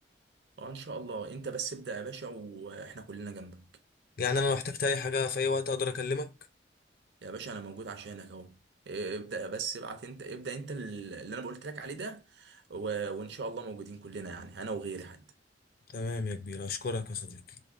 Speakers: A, on the right (about 70°); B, on the left (about 55°).
A: اه ان شاء الله انت بس ابدأ يا باشا واحنا كلنا جنبك
B: يعني انا لو احتجت اي حاجه في اي وقت اقدر اكلمك
A: يا باشا انا موجود عشانك اهو إيه، ابدا بس ابعت انت ابدا انت اللي انا قلت لك عليه ده و... وان شاء الله موجودين كلنا يعني انا وغيري حتى
B: تمام يا كبير اشكرك يا صديقي